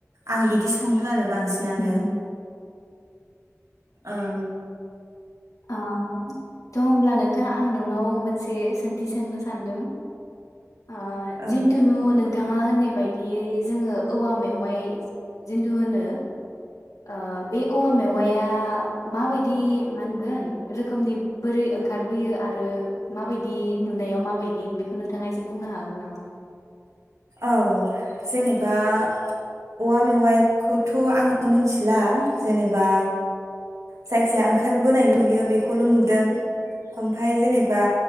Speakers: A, on the right (about 85°); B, on the left (about 80°).
A: आं बिदि सङो आरो बांसिनानो।
B: उम
A: ओम
B: <unintelligible> थौ होमब्ला नोंथाङा आं नोंनाव मोनसे सोंथि सोंनो सानदों आह
A: औ
B: जिन्थुुनु नोंथाङा होननाय बायदि बिदियै जोङो औवा मेवाइ जिन्दु होनो ओह बे औवा मेवाया माबायदि मान होनगोन रोखोमनि बोरै ओंखारबोयो आरो माबायदि नुनायाव माबायदि बेखौ नोंथाङा एसे बुंनो हागोन नामा
A: औ जेनेबा औवा मेवाइखौथ आङो मिथिला जेनेबा जायखिया ओंखारबोनाय नुयो बेखौल नुदों ओमफ्राय जेनेबा बा